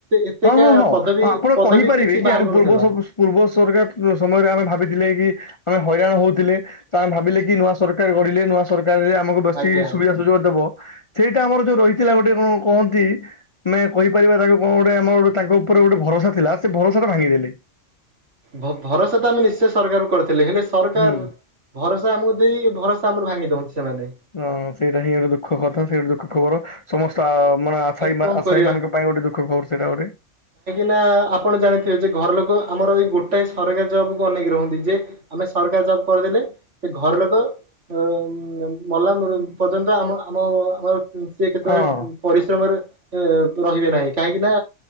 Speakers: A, on the right; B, on the left.
A: ଏତେକା
B: ହଁ ହଁ ହଁ
A: ପଦବୀ
B: ଆପଣ
A: ପଦବୀ
B: କହିପାରିବେ
A: କିଛି
B: କି
A: ବାହାର
B: ଆମେ
A: କରୁନଥିଲା
B: ପୂର୍ବ ସବୁ ପୂର୍ବ ସରକାର ସମୟରେ ଆମେ ଭାବିଥିଲେ କି? ଆମେ ହଇରାଣ ହଉଥିଲେ ତମେ ଭାବିଲେ କି ନୂଆ ସରକାର ଗଢିଲେ ନୂଆ ସରକାରରେ ଆମକୁ ବସି
A: ଆଜ୍ଞା
B: ସୁବିଧା ସୁଯୋଗ ଦବ। ସେଇଟା ଆମର ଯୋଉ ରହିଥିଲା ଗୋଟେ କଣ କହନ୍ତି ଆମେ କହିପାରିବା ତାକୁ କଣ ଆମର ଗୋଟି ତାଙ୍କ ଉପରେ ଗୋଟେ ଭରସା ଥିଲା ସେ ଭରସା ଟା ଭାଙ୍ଗି ଦେଲେ।
A: ଭ ଭରସା ତ ଆମେ ନିଶ୍ଚୟ ସରକାରଙ୍କୁ କରିଥିଲେ ହେଲେ ସରକାର
B: ହୁଁ।
A: ଭରସା ଆମକୁ ଦେଇ ଭରସା ଆମର ଭାଙ୍ଗି ଦଅନ୍ତି ସେମାନେ।
B: ହଁ ସେଇଟା ହିଁ ଗୋଟେ ଦୁଃଖ କଥା ସେଇ ଗୋଟେ ଦୁଃଖ ଖବର। ସମସ୍ତ ମାନେ ଆ
A: ଆଉ କଣ
B: ଆସାଇ
A: କରିବା
B: ମାନଙ୍କ ପାଇଁ ଗୋଟେ ଦୁଃଖ ଖବର ସେଇଟା ଗୋଟେ।
A: ନାଁ ଆପ ଆପଣ ଜାଣିଥିବେ ଯେ ଘର ଲୋକ ଆମର ଏଇ ଗୋଟାଏ ସରକାରୀ ଜବ୍ କୁ ଅନେକି ରୁହନ୍ତି ଯେ ଆମେ ସରକାର ଜବ୍ କରିଦେଲେ ସେ ଘର ଲୋକ ଅ ମଲା ପର୍ଯ୍ୟନ୍ତ ଆମ ଆମ ଆମର ସେ କ୍ଷେତରେ
B: ହଁ।
A: ପରି ସେ ସମୟରେ ଏ ରହିବେ ନାହିଁ କାହିଁକି ନା